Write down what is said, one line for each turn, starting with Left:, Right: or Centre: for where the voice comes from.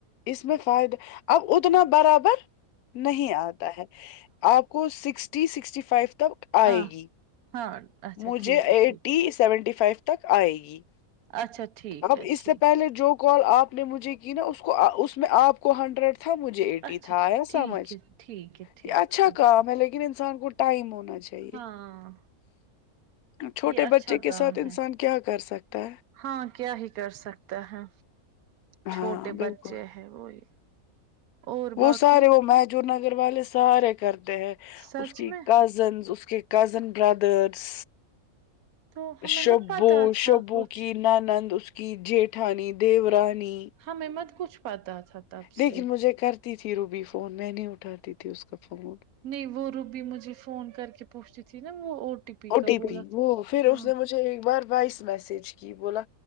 Left: اس میں فائدہ اب اتنا برابر نہیں آتا ہے آپ کو سکسٹی سکسٹی فائیو تک آئے
Right: ہاں
Left: گی
Right: ہاں اچھا
Left: مجھے
Right: ٹھیک
Left: ایٹی
Right: ہے ٹھیک
Left: سیونٹی فائیو تک آئے گی
Right: اچھا ٹھیک
Left: اب
Right: ہے
Left: اس
Right: ٹھیک
Left: سے پہلے جو کال آپ نے مجھے کی نا اس کو اس میں آپ کو ہنڈریڈ تھا مجھے ایٹی
Right: اچھا
Left: تھا ایا سمجھ
Right: ٹھیک ہے ٹھیک ہے ٹھیک
Left: یہ اچھا
Right: اوکے
Left: کام ہے لیکن انسان کو ٹائم ہونا چاہیے
Right: ہاں
Left: چھوٹے
Right: یہ اچھا
Left: بچے کے
Right: کام
Left: ساتھ انسان
Right: ہے
Left: کیا کر سکتا ہے
Right: ہاں کیا ہی کر سکتا ہے چھوٹے
Left: ہاں بالکل
Right: بچے ہیں وہی اور
Left: وہ
Right: باقی
Left: سارے وہ محجور نگر والے سارے کرتے ہیں
Right: سچ
Left: اس کی
Right: میں
Left: کوزنس اس کے کزن برادرس
Right: تو ہمیں
Left: شبو
Right: مت پتا تھا
Left: شبو
Right: کچھ
Left: کی نانند اس کی جیٹھانی دیورانی
Right: ہمیں مت کچھ پتا تھا تب
Left: لیکن
Right: سے
Left: مجھے کرتی تھی روبی فون میں نہیں اٹھاتی تھی اس کا فون
Right: نہیں وہ روبی مجھے فون کر کے پوچھتی تھی نا وہ او ٹی پی
Left: او
Right: کا
Left: ٹی
Right: بولا
Left: پی
Right: تھا
Left: وہ پھر
Right: ہاں
Left: اس نے مجھے ایک بار وائس میسج کی بولا